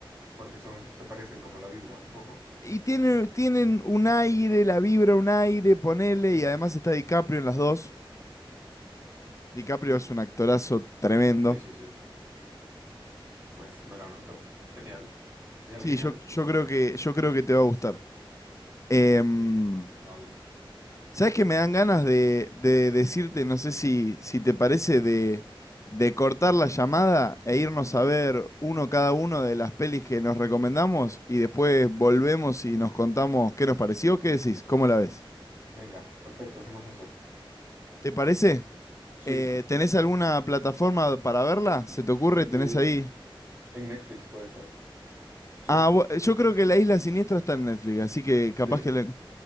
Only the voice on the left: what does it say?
Y tiene, tienen un aire, la vibra, un aire, ponele, y además está DiCaprio en las dos. DiCaprio es un actorazo tremendo.
Sí,
yo, yo creo que, yo creo que te va a gustar. Em,
¿Sabes que me dan ganas de, de decirte, no sé si, si te parece, de, de cortar la llamada e irnos a ver uno cada uno de las pelis que nos recomendamos y después volvemos y nos contamos qué nos pareció? ¿Qué decís? ¿Cómo la ves?
¿Te parece?
Eh, ¿tenés
alguna
plataforma para verla? ¿Se te ocurre?
¿Tenés ahí?
Ah, bu- yo creo que La Isla Siniestra está en Netflix, así que capaz
que... la